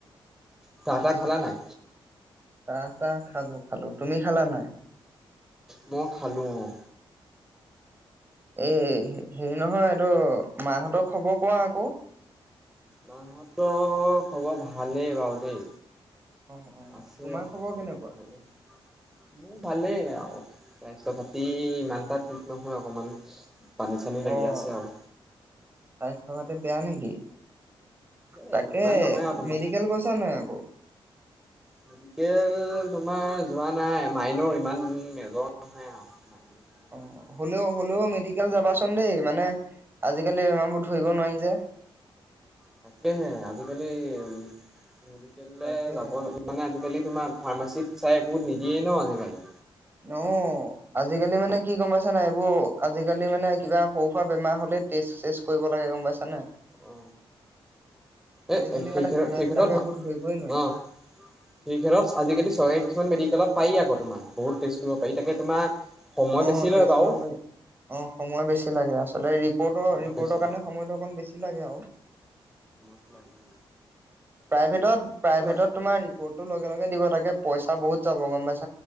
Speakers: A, in the centre; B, on the right.
A: চাহ টাহ
B: এ
A: খালা নাই?
B: চাহ তাহ খালো খালো তুমি খালা নে?
A: মই খালো অঁ
B: এই হেৰি নহয় এইটো মা হতৰ খবৰ কোৱা আকৌ
A: মাহতটো খবৰ ভালেই বাৰু দেই
B: অ অ
A: আছে
B: তোমাৰ
A: অঁ
B: খবৰ কেনেকুৱা
A: ভালেই মোৰ ভালেই আৰু স্বাস্থ্য পাতি ইমানটা ঠিক নহয় অকমান পানী চানী লাগি
B: অঁ
A: আছে আৰু।
B: স্বাস্থ্যপাতি বেয়া নেকি? নিকি
A: এই
B: তাকে
A: ইমান নহয় আৰু তোমাৰ।
B: মেডিকেল গৈছা নে আকৌ
A: মেডিকেল তোমাৰ যোৱা নাই মাইনৰ ইমান মেজৰ নহয় আৰু মাইনৰ কাৰণে
B: অঁ
A: যোৱা নাই
B: হ'লেও
A: আৰু।
B: হ'লেও মেডিকেল যাবাচোন দেই মানে আজিকালি বেমাৰবোৰ ধৰিব নোৱাৰি যে
A: তাকেহে আজিকালি উম আজিকালৈ
B: তাকে
A: যাব মানে আজিকালি তোমাৰ ফাৰ্মাচীত চাই সোৰ নিদিয়ে ন'আজি কালি।
B: অ আজিকালি মানে কি গম পাইছা না এইবোৰ আজিকালি মানে কিবা সৰু সুৰা বেমাৰ হলে টেষ্ট চেষ্ট কৰিব লাগে। গম পাইছা নাই।
A: অ
B: আজিকালি
A: এ সেইত
B: মানে বেমাৰ
A: সেই
B: বিলাকৰ
A: ক্ষেত্ৰত
B: একো ধৰিবই নোৱাৰি
A: অ সেই ক্ষেত্ৰত আজিকালি চৰকাৰী কিছুমান মেডিকেলত। পাৰি আকৌ তোমাৰ। বহুত টেষ্ট কৰিব পাৰি তাকে তোমাৰ। সময়
B: অ
A: বেছি লয়
B: টেষ্ট
A: বাৰু
B: কৰিব পাৰি অ সময় বেছি লাগ। মানে
A: অ',
B: ৰিপৰ্টৰ
A: অ', সময় বেছি
B: কাৰণে সময়টো অকণ বেছি লাগে আৰু।
A: ত লাগে।
B: প্ৰাইভেট।
A: কিন্তু
B: প্ৰাইভেটত তোমাৰ ৰিপৰ্টটো লগে লগে দিব তাকে। পইচা বহুত যাব গম পাছো।